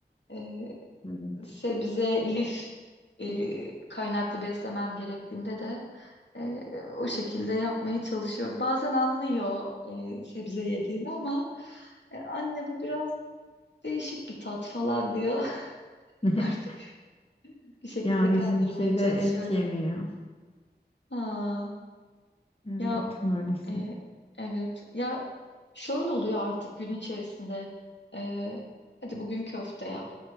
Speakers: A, on the left; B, on the left.
A: E,
B: Evet.
A: sebze, lif e, kaynaklı beslemem gerektiğinde de e, o şekilde yapmaya çalışıyorum. Bazen anlıyor e, sebze yediğini ama e, anne bu biraz değişik bir tat falan diyor. <laughs>
B: <laughs>
A: Artık bir şekilde
B: Ya
A: kandırmaya
B: bizimki
A: çalışıyorum.
B: de et yemiyor.
A: Aa,
B: Evet
A: ya
B: maalesef.
A: e, evet ya şöyle oluyor artık gün içerisinde E, hadi bugün köfte yap.